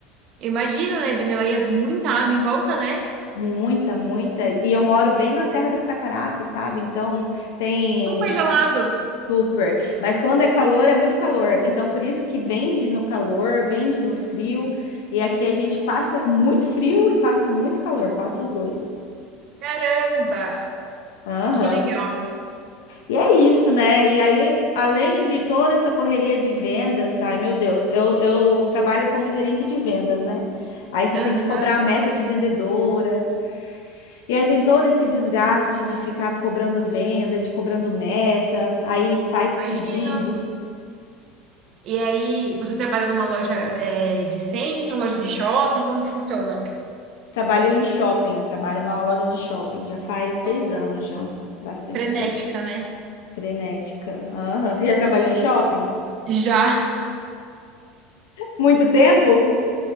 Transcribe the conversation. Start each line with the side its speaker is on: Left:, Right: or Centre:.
Right: Imagina, né? Daí é muita água em volta, né?
Left: Muita, muita. E eu moro bem na Terra das Cataratas, sabe? Então tem
Right: Super gelado.
Left: super. Mas quando é calor, é muito calor. Então por isso que vende no calor, vende no frio. E aqui a gente passa muito frio e passa muito calor, passa os dois.
Right: Caramba!
Left: Aham.
Right: Que legal.
Left: E é isso, né? E aí, além de toda essa correria de vendas, tá? Ai, meu Deus, eu, eu trabalho como gerente de vendas, né? Aí você
Right: Aham.
Left: tem que cobrar a meta de vendedora. E aí tem todo esse desgaste de ficar cobrando venda, de cobrando meta, aí faz pedido.
Right: Imagino. E aí, você trabalha numa loja é, de centro, loja de shopping? Como que funciona?
Left: Trabalho em shopping, trabalho numa loja de shopping, já faz seis
Right: Nossa.
Left: anos já, bastante
Right: Frenética,
Left: tempo.
Right: né?
Left: Frenética. Aham. Você já trabalhou em shopping?
Right: Já. <laughs>
Left: Muito tempo?